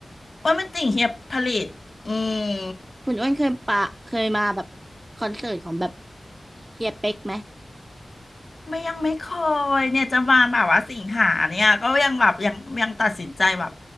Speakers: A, on the left; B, on the right.
A: อ้วนเป็นติ่งเฮียผลิตอืม
B: คุณอ้วนเคยปะเคยมาแบบคอนเสิร์ตของแบบเฮียเป๊กไหม
A: ไม่ยังไม่เคยเนี่ยจะมาแบบว่าสิงหาเนี่ยก็ยังแบบยังยังตัดสินใจแบบ